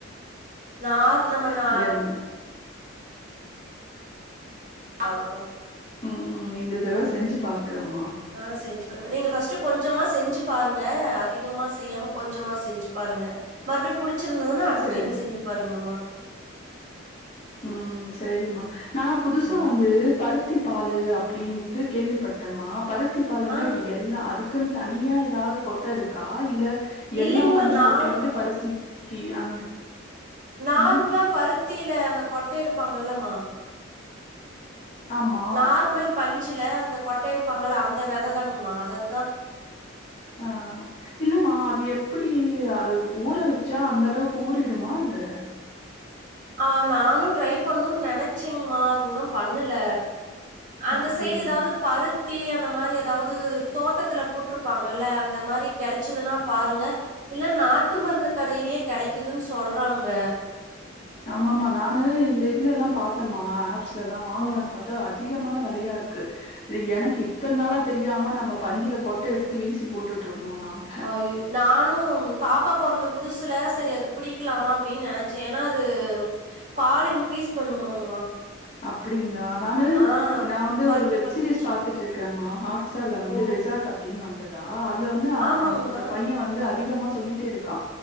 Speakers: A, on the right; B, on the left.
A: நாரு நம்ம நா
B: இல்ல இந்த
A: நாருக்கு
B: ம் இந்த தடவ செஞ்சு பாக்குறம்மா
A: ஆ செஞ்சு பாருங்க நீங்க ஃபஸ்ட்டு கொஞ்சமா செஞ்சு பாருங்க அதிகமா செய்யாம கொஞ்சமா செஞ்சு பாருங்க மற்ப்டியு புடிச்சிருந்ததுன்னா அடுத்த
B: சரி
A: டைம்
B: சரிங்க
A: செஞ்சு பாருங்கம்மா
B: ம் சேரிமா நா புதுசா
A: சரிம்மா.
B: வந்து பரு த்தி பாலு அப்புடீன்ட்டு கேள்விப்பட்டம்மா பருத்தி பாலுன்னா
A: ஆ
B: இப்ப எ ல்லா அதுக்குன் தனியா எதாவ்து கொட்ட இருக்கா இல்ல
A: இல்லைங்கம்மா
B: எல்லாம் பஞ்சு
A: நார்
B: கொட்டையுமே பருத்தி க்கி அந்த
A: நார்மலா
B: ம்
A: பருத்தியில அந்த கொட்ட எடுப்பாங்கல்லமா
B: ஆமா
A: நார்மல் பஞ்சுல அந்த கொட்ட எடுப்பாங்கள அந்த வெத தாங்கம்மா அத
B: ஆ இல்லமா அது எப்பிடி அது ஊற வெச்சா அந்தளவுக் ஊறிடுமா அது
A: ஆ நானு ட்ரை பண்ணுன் நெனச்செங்கமா அது உன்னு பண்ணல அந்த
B: அப்டிங்க
A: சைடு எதாவ்து பருத்தி அந்த மாரி எதாவது தோட்டத்துல போட்டுருப்பாங்கல்ல அந்த மாரி கெடச்சுதுனா பாருங்க இல்ல நாட்டு மருந்து கடையிலியே கெடைக்குதுன் சொல்றாங்க
B: ஆமாம்மா நானு இந்த இதுல எல்லா பாத்தேம்மா ஆப்ஸ்ல எல்லா வாங்கலான்
A: ஓ,
B: பாத் தா அதிகமான வெலயாருக்கு எனக்கு இத்தன் நாளா தெரியாம நம்ப பஞ்சுல கொட்ட எடுத்து வீசி போட்டுட்ருந்தோ நாங்
A: அய்யி நானு பாப்பா பொறந்த புதுசுல செரி அது குடிக்கலா அப்டின் நெனச்சே ஏனா அது பாலு இன்க்ரீஸ் பண்ணுமாங்மா
B: அப்படிங்ளா நானு
A: ஆ
B: நா வந்து
A: பருத்தி
B: ஒரு வெப்
A: பால்
B: சீரியஸ்
A: குடிச்சா
B: பாத்துட்ருக்கேமா ஹாட் ஸ்டார்ல வந்து
A: ஓ
B: ரிசாட் அப்டினு வந்ததா அதுல வந்து ஆ
A: ஆமாங்மா
B: அந்த பைய வந்து அதிகமா சொல்லிட்டே இரு க்கா